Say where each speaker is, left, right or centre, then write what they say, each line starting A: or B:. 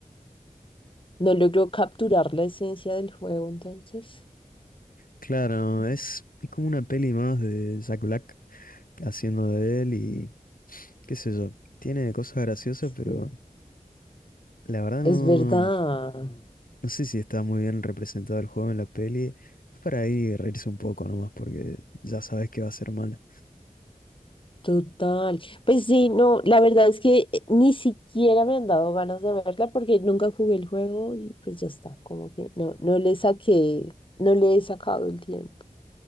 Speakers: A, on the left; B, on the left.
A: No logró capturar la esencia del juego, entonces.
B: Claro, es, es como una peli más de Jack Black haciendo de él y qué sé yo, tiene cosas graciosas, pero
A: Sí.
B: la verdad no,
A: Es verdad,
B: no sé si está muy bien representado el juego en la peli. Es para ir reírse un poco nomás porque ya sabes que va a ser mala.
A: total. Pues sí, no, la verdad es que eh, ni siquiera me han dado ganas de verla porque nunca jugué el juego y pues ya está, como que no, no le saqué, no le he sacado el tiempo.